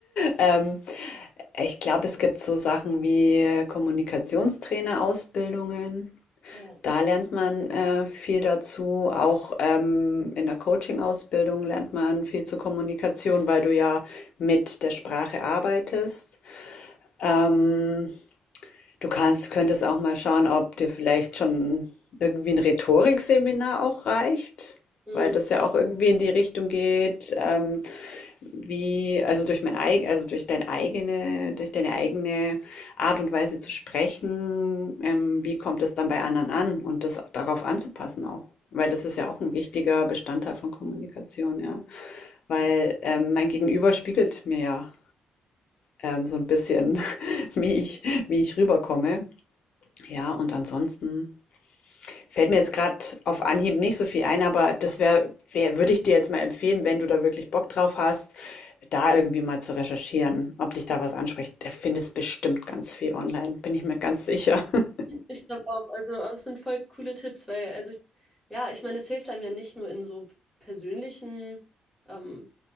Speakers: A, on the left; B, in the centre.
A: Ähm, ich glaube, es gibt so Sachen wie Kommunikationstrainer-Ausbildungen.
B: Ja.
A: Da lernt man äh, viel dazu. Auch ähm, in der Coaching-Ausbildung lernt man viel zur Kommunikation, weil du ja mit der Sprache arbeitest. Ähm, Du kannst könntest auch mal schauen, ob dir vielleicht schon irgendwie ein Rhetorikseminar auch reicht,
B: Mhm.
A: weil das ja auch irgendwie in die Richtung geht, ähm, wie also, durch mein eigen also, durch dein eigene durch deine eigene Art und Weise zu sprechen, ähm, wie kommt es dann bei anderen an und das darauf anzupassen auch, weil
B: Ja.
A: das ist ja auch ein wichtiger Bestandteil von Kommunikation, ja. Weil,
B: Ja.
A: ähm, mein Gegenüber spiegelt mir ja, ähm, so ein bisschen, <laughs> wie ich wie ich rüberkomme. Ja, und ansonsten fällt mir jetzt gerade auf Anhieb nicht so viel ein, aber das wäre, wär, würde ich dir jetzt mal empfehlen, wenn du da wirklich Bock drauf hast, da irgendwie mal zu recherchieren, ob dich da was anspricht. Da findest bestimmt ganz viel online, bin ich mir ganz sicher. <laughs>
B: Ich glaube auch. Also, aber es sind voll coole Tipps, weil, also, ich, ja, ich meine, es hilft einem ja nicht nur in so persönlichen, ähm,